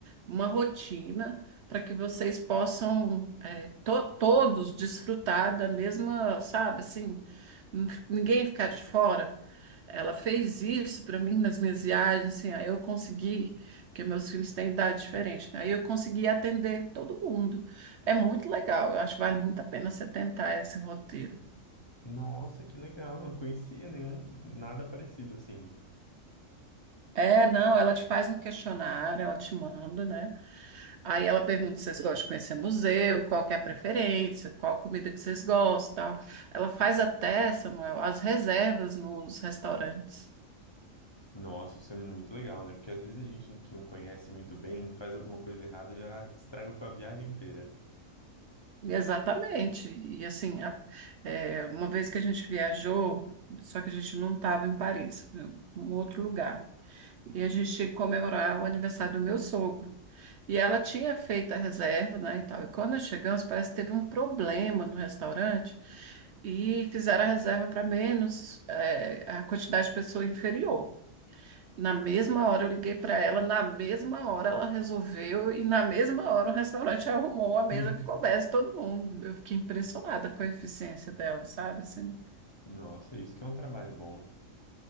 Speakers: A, on the right; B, on the left.
A: uma rotina para que vocês possam é, to- todos desfrutar da mesma, sabe, assim, n- ninguém ficar de fora. Ela fez isso para mim nas minhas viagens, assim, aí eu consegui, porque meus filhos têm idade diferente, né? Aí eu consegui atender todo mundo. É muito legal, eu acho que vale muito a pena você tentar esse roteiro.
B: Nossa, que legal, não conhecia nenhum, nada parecido assim.
A: É, não, ela te faz um questionário, ela te manda, né? Aí ela pergunta se vocês gostam de conhecer museu, qual que é a preferência, qual a comida que vocês gostam. Ela faz até, Samuel, as reservas nos restaurantes.
B: Nossa, isso é muito legal, né? Porque às vezes a gente que não conhece muito bem, faz alguma coisa errada, já estraga com a viagem inteira.
A: E Exatamente. E assim, a- é, uma vez que a gente viajou, só que a gente não estava em Paris, em um outro lugar. E a gente tinha que comemorar o aniversário do meu sogro. E ela tinha feito a reserva, né, e tal. E quando nós chegamos, parece que teve um problema no restaurante e fizeram a reserva para menos, eh, a quantidade de pessoa inferior. Na mesma hora eu liguei para ela, na mesma hora ela resolveu e na mesma hora o restaurante <laughs> arrumou a mesa
B: <laughs>
A: que coubesse todo mundo. Eu fiquei impressionada com a eficiência dela, sabe? Assim,
B: Nossa, isso que é um trabalho bom.